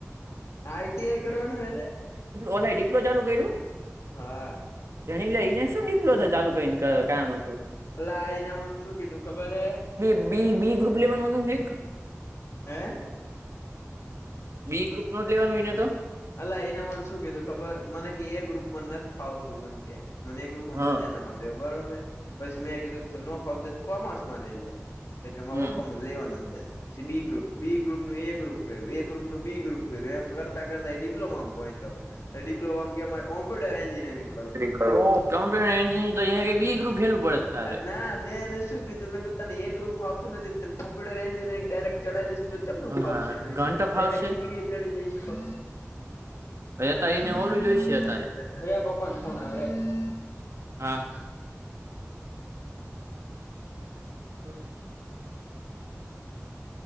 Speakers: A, on the left; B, on the right.
A: આઈટીઆઈ કરવાનું હેને
B: ઓ ડિપ્લો ચાલુ કર્યું?
A: હા.
B: જણી લઈને શું ડીપ્લો ચાલુ કરીને કામ હતું
A: અલા આઇને મને શું કીધું ખબર હે.
B: બ બી ગ્રુપ લેવાનું હતું કંઈક
A: હે
B: બી ગ્રુપ નો જ લેવાનું એને તો
A: અ એના મને શું કીધું ખબર મને ક એ ગ્રુપ પણ નથી થ ફાવતું મને કે મને એ ગ્રુપમાં
B: હા
A: મજા ના આવતી બરોબર પછી મેં કીધું ત નો ફ આવતો કોમર્સ માં લઈ લે તો કેમાં
B: હમ
A: પપ્પામાં લેવા નથી જ દેતા પછી બી ગ્રુપ બી ગ્રુપ નું એ ગ્રુપ પર્યું એ ગ્રુપ બી ગ્રુપ કર્યું એમ કરતા કરતા ડિપ્લોમા પહોંચો ડિપ્લોમા કે કોમપ્યટર એન્જિરીંગ
B: કમ્પ્યુટર એન્જિનીયર કરતાં બી ગ્રુપ હેલું પડે તારે
A: ના મેં એને શું કીધુંંતાને એક્રુપ ફાવતું નથી તને કોમ્પ્યુટર એનયરિંગ ડાયરેક્ટ ચઢાવીશ તો ચમનું ફાવશે
B: હા
A: મેં
B: ઘંટ
A: કીધું ડાયરેક્ટ
B: ફાવશે
A: ડિગ્રી એ ચડી જઈશ તો <unintelligible>
B: અતારે એને ઓલું જોઈશે અતારે હા <inaudible>